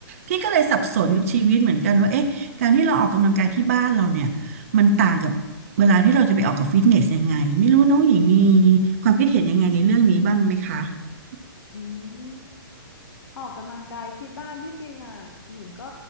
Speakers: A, on the right; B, on the left.
A: พี่ก็เลยสับสนกับชีวิตเหมือนกันว่าเอ๊ะการที่เราออกกำลังกายที่บ้านเราเนี่ยมันต่างกับ เวลาที่เราจะไปออกกับฟิตเนสยังไงไม่รู้น้องหญิงมีความคิดเห็นยังไงในเรื่องนี้บ้างไหมคะ
B: อืมออกกำลังกายที่บ้านที่จริงอ่ะหญิงก็